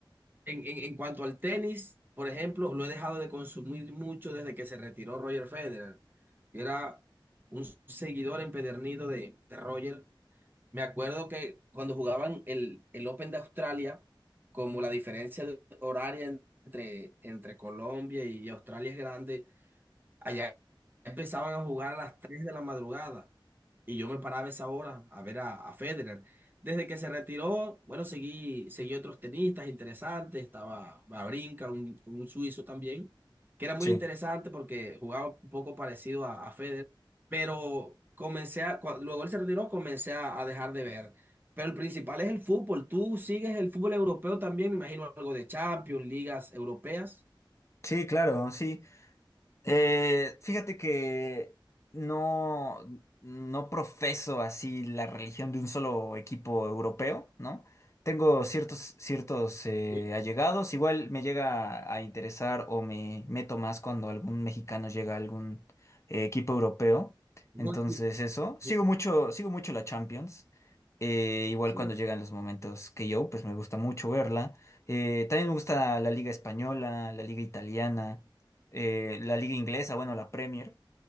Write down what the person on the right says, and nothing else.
en, en cuanto al tenis, por ejemplo, lo he dejado de consumir mucho desde que se retiró Roger Federer. Yo era un seguidor empedernido de, de Roger. Me acuerdo que cuando jugaban el, el Open de Australia, como la diferencia de- horaria entre, entre Colombia y Australia es grande, Allá empezaban a jugar a las 3 de la madrugada y yo me paraba a esa hora a ver a, a Federer. Desde que se retiró, bueno, seguí, seguí otros tenistas interesantes, estaba Babrinka, un, un suizo también, que era muy
interesante porque jugaba un poco parecido a, a Federer, pero comencé a, cua- luego él se retiró, comencé a, a dejar de ver. Pero el principal es el fútbol. ¿Tú sigues el fútbol europeo también? Me imagino algo de Champions, ligas europeas.
Sí,
no,
sí,
sí,
sí.